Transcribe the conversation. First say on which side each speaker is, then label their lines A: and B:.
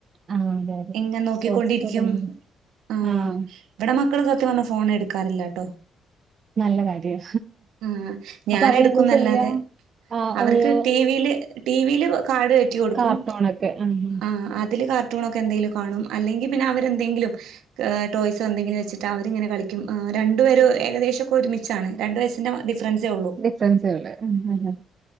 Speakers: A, on the right; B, on the right.
A: ആഹ് അതെ അതെ
B: ഇങ്ങൻ നോക്കിക്കൊണ്ടിരിക്കും
A: ഷോർട്സൊക്കെ ഭയങ്കര
B: ആ
A: ആഹ്
B: ഇവിടെ മക്കള് ഇക്ക വന്ന് ഫോണെ ക്കാറില്ലാട്ടോ
A: നല്ല കാര്യാ
B: മ്മ് ഞാനെടുക്കുന്നല്ലാതെ
A: അപ്പൊ അവരെന്താ ചെയ്യാ ആഹ്
B: അവർക്ക്
A: ഓരോ
B: ടിവിയില് ടിവിയില് കാട് കയറ്റി കൊടുക്കും
A: കാർട്ടൂണൊക്കെ ആഹ്
B: ആ അതില് കാർട്ടൂണൊക്കെ എന്തേലും കാണും അല്ലെങ്കി പിന്നെ അവരെന്തെങ്കിലും ടോയ്‌സോ എന്തങ്കിലും വെച്ചിട്ട് അവരിങ്ങനെ കളിക്കും രണ്ടുപേരും ഏകദേശൊക്കെ ഒരുമിച്ചാണ് രണ്ട് വയസ്സിൻ്റെ ഡിഫറൻസേ ഒ
A: ഡിഫെറൻസേ ഒള്ള് ഹ് ഹ് ഹ്